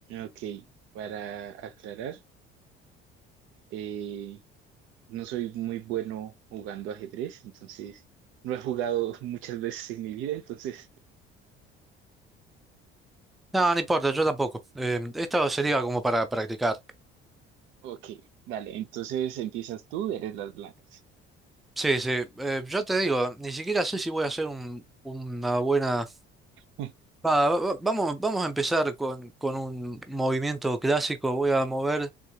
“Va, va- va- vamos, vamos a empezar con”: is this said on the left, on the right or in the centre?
Centre